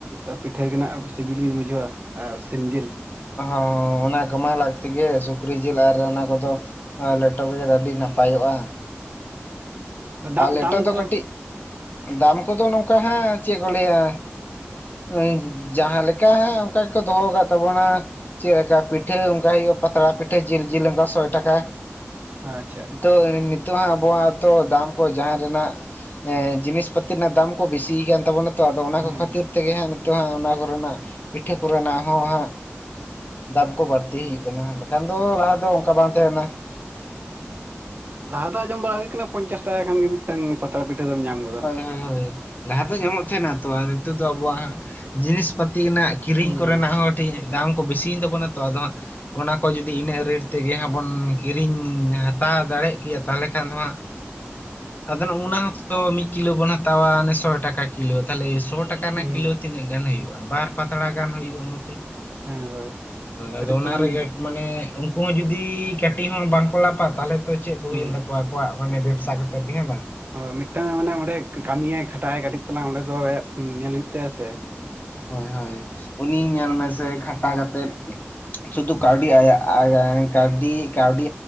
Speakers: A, on the right; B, on the left.
A: ᱛᱟ ᱯᱤᱴᱷᱟᱹ ᱜᱮ ᱱᱟᱜ ᱥᱤᱵᱤᱞ ᱜᱤᱧ ᱵᱩᱡᱷᱟᱹᱣᱟ ᱟᱨ ᱥᱤᱢ ᱡᱤᱞ᱾
B: ᱦᱚᱸ ᱚᱱᱟ ᱠᱚᱢᱟ ᱞᱟᱹᱠᱛᱤ ᱜᱮ, ᱥᱩᱠᱨᱤ ᱡᱤᱞ ᱟᱨ ᱚᱱᱟ ᱠᱚᱫᱚ ᱟᱨ ᱞᱮᱴᱚ ᱜᱮ ᱟᱹᱰᱤ ᱱᱟᱯᱟᱭᱚᱜᱼᱟ᱾
A: ᱫᱟᱢ
B: ᱟᱨ ᱞᱮᱴᱚ
A: ᱫᱟᱢ
B: ᱫᱚ
A: ᱠᱚᱫᱚ
B: ᱠᱟᱹᱴᱤᱜ ᱫᱟᱢ ᱠᱚᱫᱚ ᱱᱚᱝᱠᱟ ᱦᱟᱸᱜ ᱪᱮᱜ ᱠᱚ ᱞᱟᱹᱭᱟ ᱮᱸ ᱡᱟᱦᱟᱸ ᱞᱮᱠᱟ ᱦᱟᱸᱜ ᱚᱝᱠᱟ ᱜᱮᱠᱚ ᱫᱚᱦᱚ ᱠᱟᱜ ᱛᱟᱵᱚᱱᱟ ᱪᱮᱫ ᱞᱮᱠᱟ ᱯᱤᱴᱷᱟᱹ ᱚᱝᱠᱟ ᱦᱩᱭᱩᱜᱼᱟ ᱯᱟᱛᱲᱟ ᱯᱤᱴᱷᱟᱹ ᱡᱤᱞ ᱡᱤᱞ ᱚᱝᱠᱟ ᱥᱚᱭ ᱴᱟᱠᱟ᱾
A: ᱟᱪᱪᱷᱟ
B: ᱛᱚ ᱱᱤ ᱛᱚᱜ ᱦᱟᱸᱜ ᱟᱵᱚᱣᱟᱜ ᱦᱚᱸᱛᱚ ᱫᱟᱢ ᱠᱚ ᱡᱟᱦᱟᱸ ᱨᱮᱱᱟᱜ ᱮᱸ ᱡᱤᱱᱤᱥ ᱯᱟᱹᱛᱤ ᱨᱮᱱᱟᱜ ᱫᱟᱢ ᱠᱚ ᱵᱤᱥᱤ ᱠᱟᱱ ᱛᱟᱵᱚᱱᱟ᱾ ᱛᱚ ᱟᱫᱚ ᱚᱱᱟ
A: ᱦᱩᱸ
B: ᱠᱚ ᱠᱷᱟᱹᱛᱤᱨ ᱛᱮᱜᱮ ᱦᱟᱸᱜ ᱱᱤᱛᱚᱜ ᱦᱟᱸᱜ ᱚᱱᱟ ᱠᱚᱨᱮᱱᱟᱜ ᱯᱤᱴᱷᱟᱹ ᱠᱚᱨᱮᱱᱟᱜ ᱦᱚᱸ ᱦᱟᱸᱜ ᱫᱟᱢ ᱠᱚ ᱵᱟᱹᱲᱛᱤ ᱦᱩᱭᱩᱜ ᱠᱟᱱᱟ, ᱵᱟᱠᱷᱟᱱ ᱫᱚ ᱞᱟᱦᱟ
A: ᱦᱩᱸ
B: ᱫᱚ ᱚᱱᱠᱟ ᱵᱟᱝ ᱛᱟᱦᱮᱸ ᱠᱟᱱᱟ᱾
A: ᱞᱟᱦᱟ ᱫᱚ ᱟᱸᱡᱚᱢ ᱵᱟᱲᱟ ᱦᱩᱭ ᱟᱠᱟᱱᱟ ᱯᱚᱧᱪᱟᱥ ᱴᱟᱠᱟ ᱠᱷᱟᱱ ᱜᱮ ᱢᱤᱫᱴᱟᱝ ᱯᱟᱛᱲᱟ ᱯᱤᱴᱷᱟᱹ ᱫᱚᱢ ᱧᱟᱢ ᱜᱚᱫ᱾
B: ᱦᱳᱭ ᱦᱳᱭ ᱦᱳᱭ ᱞᱟᱦᱟ ᱫᱚ ᱧᱟᱢᱚᱜ ᱛᱟᱦᱮᱱᱟ ᱛᱚ ᱟ ᱱᱤᱛᱚᱜ ᱫᱚ ᱟᱵᱚᱣᱟᱜ ᱦᱟᱸᱜ ᱡᱤᱱᱤᱥ ᱯᱟᱹᱛᱤ ᱨᱮᱱᱟᱜ ᱠᱤᱨᱤᱧ
A: ᱦᱩᱸ
B: ᱠᱚᱨᱮᱱᱟᱜ ᱦᱚᱸ ᱠᱟᱹᱴᱷᱤᱠ ᱫᱟᱢ ᱠᱚ ᱵᱤᱥᱤᱭᱮᱱ ᱛᱟᱵᱚᱱᱟ ᱛᱚ ᱟᱫᱚ ᱦᱟᱸᱜ ᱚᱱᱟ ᱠᱚ ᱡᱩᱫᱤ ᱤᱱᱟᱹᱜ ᱨᱮᱹᱴ ᱛᱮᱜᱮ ᱦᱟᱸᱜ ᱵᱚᱱ ᱠᱤᱨᱤᱧ ᱦᱟᱛᱟᱣ ᱫᱟᱲᱮᱜ ᱠᱮᱭᱟ ᱛᱟᱦᱚᱞᱮ ᱠᱷᱟᱱ ᱫᱚ ᱦᱟᱸᱜ ᱟᱫᱚ ᱚᱱᱟ ᱦᱚᱸᱛᱚ ᱢᱤᱜ ᱠᱤᱞᱳ ᱵᱚᱱ ᱦᱟᱛᱟᱣᱟ ᱚᱱᱮ ᱥᱚᱭ ᱴᱟᱠᱟ ᱠᱤᱞᱳ ᱛᱷᱟᱞᱮ ᱥᱚ ᱴᱟᱠᱟ ᱨᱮᱱᱟᱜ
A: ᱦᱩᱸ
B: ᱠᱤᱞᱳ ᱛᱤᱱᱟᱹᱜ ᱜᱟᱱ ᱦᱩᱭᱩᱜᱼᱟ? ᱵᱟᱨ ᱯᱟᱛᱲᱟ ᱜᱟᱱ ᱦᱩᱭᱩᱜᱟ ᱢᱚᱴᱮ᱾
A: ᱦᱮᱸ ᱦᱳᱭ ᱠᱟᱹᱴᱤᱡ
B: ᱟᱫᱚ ᱚᱱᱟ
A: ᱛᱟᱞᱟᱝ
B: ᱨᱮ ᱜᱮ ᱢᱟᱱᱮ ᱩᱝᱠᱩ ᱦᱚᱸ ᱡᱩᱫᱤ ᱠᱟᱹᱴᱤᱡ ᱦᱚᱸ ᱵᱟᱝᱠᱚ ᱞᱟᱯᱟ ᱛᱟᱦᱞᱮ ᱛᱚ ᱪᱮᱜ ᱠᱚ ᱦᱩᱭᱮᱱ
A: ᱦᱩᱸ
B: ᱛᱟᱠᱚᱣᱟ ᱟᱠᱚᱣᱟᱜ ᱢᱟᱱᱮ ᱵᱮᱵᱥᱟ ᱛᱮᱫ ᱜᱮ ᱦᱮᱸ ᱵᱟᱝ᱾
A: ᱦᱳᱭ ᱢᱤᱴᱟᱝ ᱢᱟᱱᱮ ᱚᱸᱰᱮ ᱠᱟᱹᱢᱤ ᱭᱟᱭ ᱠᱷᱟᱴᱟᱜᱼᱟᱭ ᱠᱟᱹᱴᱤᱡ ᱛᱟᱞᱟᱝ ᱚᱸᱰᱮ ᱫᱚ ᱟᱭᱟᱜ ᱧᱮᱞ ᱦᱩᱭᱩᱜ ᱛᱟᱭᱟ ᱥᱮ᱾
B: ᱦᱳᱭ ᱦᱳᱭ ᱩᱱᱤ ᱧᱮᱞ ᱢᱮᱥᱮ ᱠᱷᱟᱴᱟ ᱠᱟᱛᱮᱫ ᱥᱩᱫᱩ ᱠᱟᱣᱰᱤ ᱟᱭᱟᱜ ᱟᱭ-ᱟᱭ ᱠᱟᱣᱰᱤ ᱠᱟᱣᱰᱤ